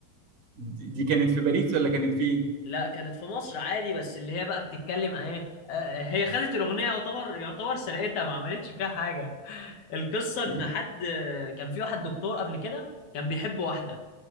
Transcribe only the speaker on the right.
دي دي كانت في باريس ولا كانت فين
مم.